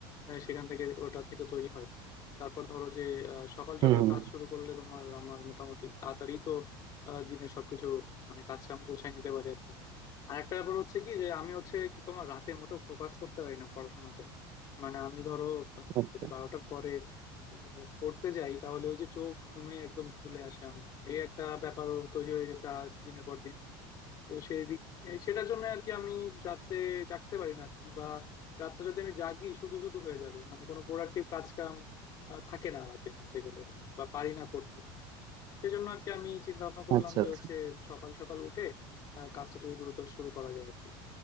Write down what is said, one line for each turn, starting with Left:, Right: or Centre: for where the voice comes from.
Left: আহ, সেখান থেকে ওটা থেকে তৈরি হয় তারপর ধরো যে আহ, সকাল
Right: হুম
Left: সকাল
Right: হুম
Left: কাজ শুরু করলে তোমার আমার মোটামুটি তাড়াতাড়ি তো আহ, দিনের সবকিছু মানে কাজ কাম গোছায় নিতে পারি আর কি আর একটা ব্যাপার হচ্ছে কি যে আমি হচ্ছে কি তোমার রাতে মোটেও ফোকাস করতে পারি না পড়াশোনাতে মানে আমি ধরো আহ,
Right: আচ্ছা
Left: যদি বারোটার পরে আহ, পড়তে যাই তাহলে ওই যে চোখ ঘুমে একদম ঢুলে আসে আমার এই একটা ব্যাপার তৈরি হয়ে গেছে আর দিনের পর দিন তো সেই দিক এই সেটার জন্য আর কি আমি রাতে জাগতে পারি না আর কি বা রাতটা যদি আমি জাগি শুধু শুধু হয়ে যাবে মানে কোনো প্রোডাক্টিভ কাজ কাম আহ, থাকে না রাতে বলতে গেলে বা পারি না করতে সেজন্য আর কি আমি চিন্তা ভাবনা করলাম
Right: আচ্ছা
Left: যে
Right: আচ্ছা
Left: হচ্ছে সকাল সকাল উঠে আহ, কাজটা যদি দ্রুত শুরু করা যায় আর কি